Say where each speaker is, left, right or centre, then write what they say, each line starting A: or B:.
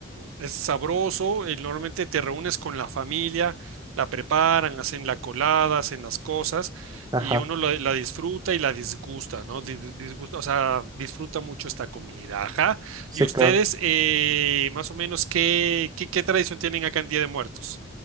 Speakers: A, on the right; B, on the right.
A: es sabroso, eh, normalmente te reúnes con la familia, la preparan, hacen la colada, hacen las cosas
B: ajá,
A: y uno la, la disfruta y la disgusta, ¿no? Dis- disgusta, o sea, disfruta mucho esta comida, ajá.
B: sí,
A: ¿Y ustedes,
B: claro.
A: eh, más o menos, qué, qué, qué tradición tienen acá en Día de Muertos?